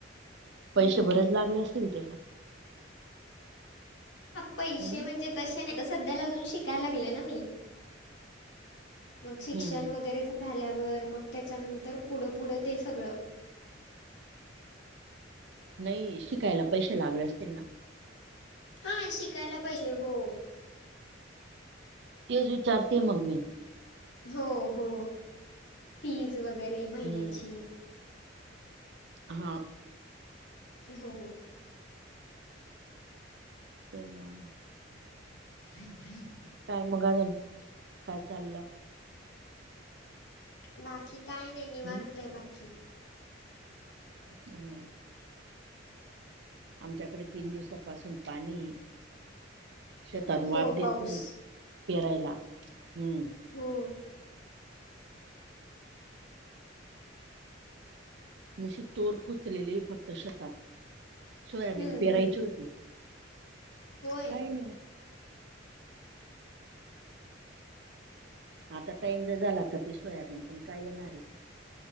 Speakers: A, on the right; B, on the left.
A: पैशे
B: हम्म.
A: बरेच लागले असतील त्याला.
B: पैशे
A: हम्म
B: म्हणजे तशे नाही. आता सध्याला अजून शिकायला लागले ना मी. मग शिक्षण
A: हम्म हम्म
B: वगरे झाल्यावर मग त्याच्यानंतर पुढ पुढ ते सगळ
A: नई शिकायला पैशे लागले असतील ना?
B: हा शिकायला पैशे, हो
A: तेच विचारतेय मग मी.
B: हो हो, फीज वगरे महिन्याची
A: हम्म हा
B: हो
A: तेज ना म
B: <inaudible>
A: काय मग अजून, काय चालल?
B: बाकी काय नायी निवांत
A: हम्म
B: आहे बाकी.
A: <unintelligible> आमच्याकडे तीन दिवसापासून पाणीये. शेतात
B: हो
A: वाप देत
B: पाऊस
A: नयी, पेरायला. हम्म
B: हो
A: नशीब तोर खोचलेली फक्त शेतात. सोयाबीन
B: हम्म
A: पेरायची
B: हम्म
A: होती.
B: होय
A: कायी नयी. आता टाइम ज झाला त ते सोयाबीन पण काय येणार ये.